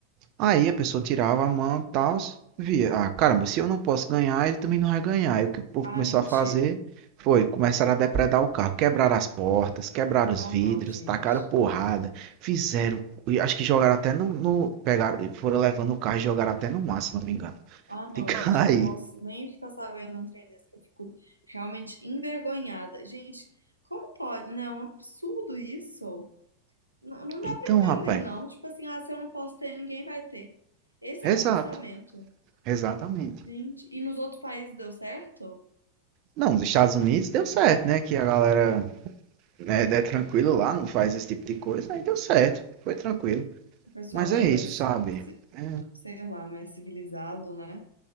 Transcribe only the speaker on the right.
Aí a pessoa tirava a mão e tal, via, ah, caramba, se eu não posso ganhar, ele também não vai ganhar. E o que o povo
começou
a fazer foi, começaram a depredar o carro, quebraram as portas, quebraram os
vidros,
tacaram porrada, fizeram, e acho que jogaram até no, no- pegaram, foram levando o carro e jogaram até no mar, se não me engano, <laughs>
de cair.
Então,
rapaz,
exato,
exatamente.
Não, nos Estados Unidos deu certo, né, que a galera né, é tranquilo lá, não faz esse tipo de coisa, aí deu certo, foi tranquilo.
Mas
é
isso,
sabe?
É,